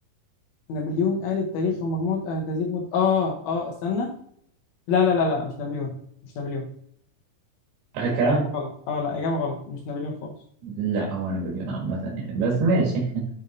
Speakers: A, on the left; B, on the right.
A: نابليون قال التاريخ ومجموعة اهداف مت... اه اه استنى لا لا لا لا مش نابليون مش نابليون
B: آخر
A: لا
B: كلام؟
A: اجابه غلط اه لا اجابه غلط مش نابليون خالص
B: لا هو نابليون عامة يعني بس ماشي <laughs>